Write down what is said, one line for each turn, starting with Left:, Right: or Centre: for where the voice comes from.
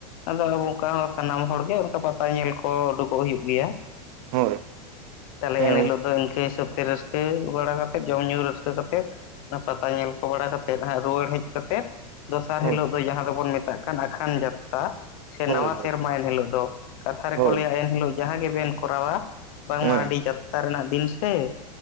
Left: ᱟᱫᱚ ᱟᱚ ᱚᱱᱠᱟ ᱦᱚᱸ ᱥᱟᱱᱟᱢ ᱦᱚᱲᱜᱮ ᱚᱱᱠᱟ ᱯᱟᱛᱟ ᱧᱮᱞ ᱠᱚ ᱩᱰᱩᱠᱚᱜ ᱦᱩᱭᱩᱜ ᱜᱮᱭᱟ᱾
Right: ᱦᱳᱭ
Left: ᱛᱟᱦᱞᱮ
Right: ᱦᱮᱸ
Left: ᱮᱱᱦᱤᱞᱳᱜ ᱫᱚ ᱤᱱᱠᱟᱹ ᱦᱤᱥᱟᱹᱵ ᱛᱮ ᱨᱟᱹᱥᱠᱟᱹ ᱵᱟᱲᱟ ᱠᱟᱛᱮᱮᱫ ᱡᱚᱢᱼ ᱧᱩ ᱨᱟᱹᱥᱠᱟᱹ ᱠᱟᱛᱮᱫ ᱯᱟᱛᱟ ᱧᱮᱞ ᱠᱚ ᱵᱟᱲᱟ ᱠᱟᱛᱮᱫ ᱦᱟᱸᱜ ᱨᱩᱣᱟᱹᱲ ᱦᱮᱡ ᱠᱟᱛᱮᱫ ᱫᱚᱥᱟᱨ ᱦᱤᱞᱳᱜ
Right: ᱦᱳᱭ
Left: ᱫᱚ ᱡᱟᱦᱟᱸ ᱫᱚᱵᱚᱱ ᱢᱮᱛᱟᱜ ᱠᱟᱱ ᱟᱠᱷᱟᱱ ᱡᱟᱛᱨᱟ ᱥᱮ
Right: ᱦᱳᱭ
Left: ᱱᱟᱣᱟ ᱥᱮᱨᱢᱟ
Right: ᱦᱳᱭ
Left: ᱮᱱ ᱦᱤᱞᱳᱜ ᱫᱚ᱾ ᱠᱟᱛᱷᱟ ᱨᱮᱴᱚ
Right: ᱦᱳᱭ
Left: ᱞᱟᱹᱭᱟ ᱮᱱᱦᱤᱞᱳᱜ ᱡᱟᱦᱟᱸ ᱜᱮᱵᱮᱱ ᱠᱚᱨᱟᱣᱟ ᱵᱟᱝᱢᱟ
Right: ᱦᱮᱸ
Left: ᱟᱹᱰᱤ ᱡᱟᱛᱛᱟ ᱨᱮᱱᱟᱜ ᱫᱤᱱ ᱥᱮ